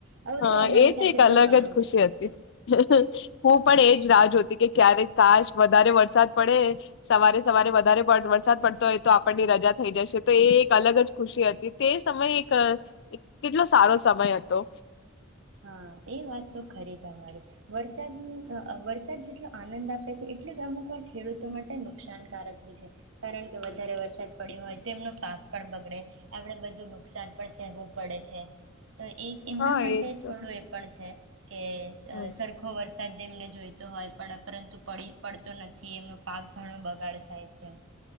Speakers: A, on the right; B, on the left.
A: આવું
B: હા
A: અમારી
B: એ તો
A: સાથે
B: એક અલગ
A: ઘણું
B: જ ખુશી
A: બન્યું
B: હતી,
A: છે.
B: હું પણ એજ રાહ જો કે ક્યારેક ખાશ વધારે વરસાદ પડે, સવારે સવારે વધારે વરસાદ પડતો હોય તો આપણની રજા થઈ જશે તો એ એક અલગ જ ખુશી હતી તે સમય એક કેટલો સારો સમય હતો.
A: હા એ વાત તો ખરી તમારી, વરસાદ વરસાદ જેટલો આનંદ આપે છે એટલું જ અમુક વાર ખેડૂતો માટે નુકસાનકારક ભી છે, કારણ કે વધારે વરસાદ પડીયો હોય તો એમનો પાક પણ બગડે, આપડણે બધું નુકસાન પણ સહેવું પડે છે. તો એ એમના
B: હા
A: માટે
B: એજ તો
A: પણ છે. કે
B: હમ
A: સરખો વર્ષ એમને જોઈતો હોય પણ પરંતું પડી પડતો નથી એમનો પાક ઘણો બગાડ થાય છે.